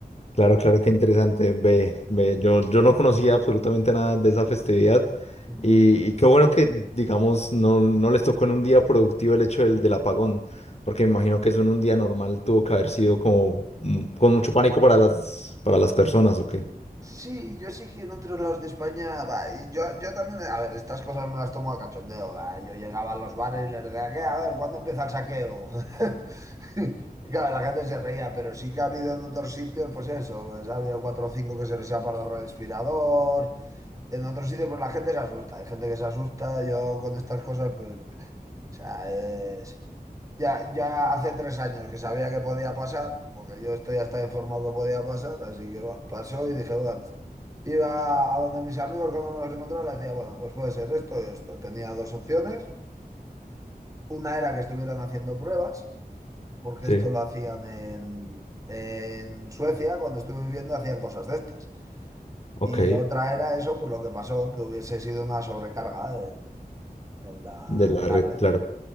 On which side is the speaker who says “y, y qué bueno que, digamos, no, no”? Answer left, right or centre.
Left